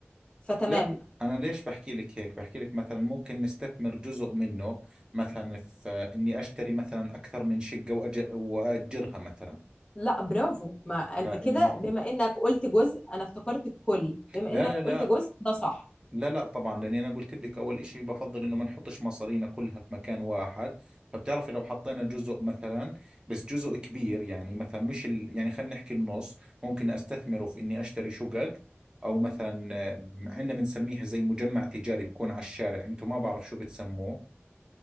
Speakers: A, on the left (about 20°); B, on the right (about 20°).
A: فتمام
B: لا أنا ليش بحكي لك هيك؟ بحكي لك مثلا ممكن نستثمر جزء منه مثلا في إني أشتري مثلا أكثر من شقة وأج- وأجرها مثلا
A: لا برافو ما أن-
B: فإنه
A: كده بما انك قلت جزء انا افتكرت الكل بما
B: لا
A: انك
B: لا
A: قلت
B: لا
A: جزء ده صح
B: لا لا طبعا لأني أنا قلت لك أول إشي بفضل إنه ما نحطش مصارينا كلها في مكان واحد فبتعرفي لو حطينا جزء مثلا بس جزء كبير يعني مثلا مش ال... يعني خلينا نحكي النص ممكن أستثمره في إني أشتري شقق أو مثلا عندنا بنسميها زي مجمع تجاري بكون على الشارع أنتم ما بعرف شو بتسموه